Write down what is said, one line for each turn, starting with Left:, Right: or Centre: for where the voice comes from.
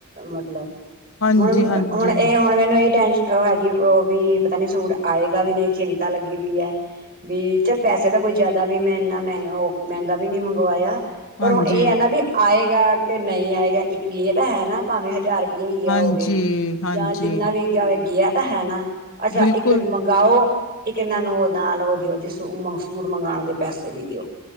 Right: ਮਤਲਬ
Left: ਹਾਂਜੀ
Right: ਹੁਣ-ਹੁਣ
Left: ਹਾਂਜੀ
Right: ਏ ਹੁਣ ਮੈਨੂੰ ਏਈ ਟੈਨਸ਼ ਅ ਹੈਗੀ, ਅ ਵੀ ਪਤਾ ਨੀ ਸੂਟ ਆਏਗਾ ਵੀ ਨਈ ਚਿੰਤਾ ਲੱਗੀ ਵੀ ਐ ਵੀ ਚੱਲ ਪੈਸੇ ਤਾ ਕੋਈ ਜਾਦਾ ਵੀ ਮੈਂ ਇੰਨਾ ਮੈਂ ਓ ਮੈਂਗਾ ਵੀ ਨੀ ਮੰਗਵਾਯਾ ਪਰ
Left: ਹਾਂਜੀ
Right: ਹੁਨ ਏ ਐ ਨਾ ਵੀ ਆਏਗਾ ਕੇ ਨਈ ਆਏਗਾ ਇੱਕ ਗਏ ਤਾਂ ਹੈ ਨਾ ਭਾਵੇਂ ਹਜ਼ਾਰ ਯਈ ਯਾ
Left: ਹਾਂਜੀ
Right: ਹੋਵੇ
Left: ਹਾਂਜੀ
Right: ਜਾਂ ਜਿੰਨਾ ਵੀ ਗੇਆ ਹੋਵੇ, ਗੇਆ ਤਾ ਹੈ ਨਾ, ਅੱਛਾ
Left: ਬਿਲਕੁਲ
Right: ਇੱਕ ਮੰਗ ਗਾਓ ਇੱਕ ਏਨਾਂ ਨੂੰ ਓ ਨਾਲ ਓ ਦੇਓ ਜਿਸ ਸੂਟ ਮੰਗਾਨ ਦੇ ਪੈਸੇ ਵੀ ਦੇਓ